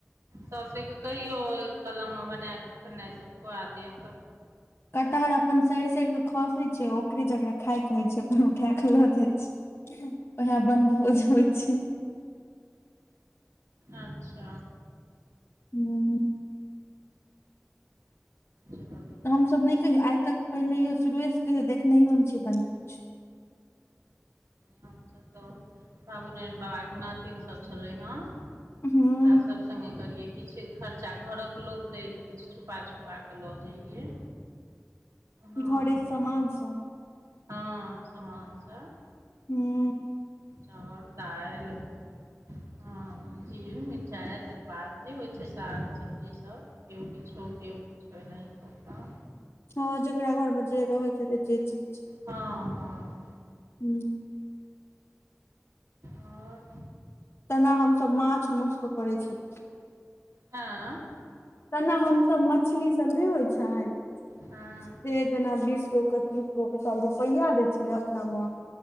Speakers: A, on the right; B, on the left.
A: सासे के कहियौ कलम में बनाकऽ खेनाइ सब खुआ देब
B: कटहर अपन सड़ सड़ के खसे छै ओकरे जकरा खाय कहै छै अपन उठा के लऽ जाइ छै ओहै बनभोज होइ छै
A: अच्छा
B: हूँ
A: चलू नहि
B: तऽ हमसब नय कहियौ आइ तक पहिले हो शुरूएसँ कहियो देखनयो ने छै बनभोज
A: हमस तऽ बाबू नारायन बाबा के नातिन सब छले हं
B: हूँ
A: सब संगे करिये किछु खर्चा घरोक लोक देत किछ छुपा छुपा कऽ लऽ जइयै हां
B: घरे सामान सब
A: हँ समान सब
B: हूँ
A: चाउर दाइल हँ जीर मिर्चाइ तेजपात जे होइ छै साग सब्जीसब किओ किछ क किओ किछ एनाहि कऽ कऽ
B: हँ जेकरा घर में जे रहैत जे चीज
A: हँ हँ
B: हूँ
A: आओर
B: तेना हमसब माछ मसके करै छलियै
A: आँ
B: तेना हमसब मछली सब नय होइ छइन
A: हँ
B: से जेना बीस गो के तीस गो के सब रुपैया दै छलै अपना में